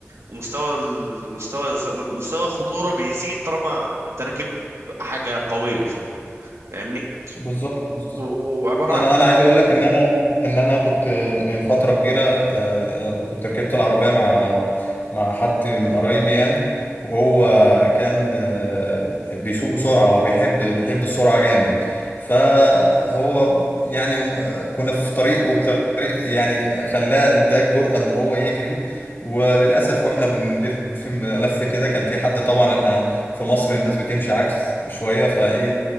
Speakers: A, on the right; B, on the left.
A: ومستوى المستوى الز- مستوى الخطوره بيزيد طالما انت راكب حاجه قويه شويه فاهمني
B: بالظبط بالظبط.
A: و- و- وعباره
B: انا
A: عن هو
B: انا عايز اقول لك ان انا ان انا كنت من فتره كبيره آه، آه، كنت ركبت العربيه مع مع حد من قرايبي يعني وهو كان آه، بيسوق بسرعه هو بيحب بيحب السرعه جامد فهو يعني آه، كنا في طريق والطريق يعني خلاه اداه الجرأه ان هو يجري وللاسف واحنا بنلف لف كده كان في حد طبعا احنا في مصر الناس بتمشي عكس شويه فايه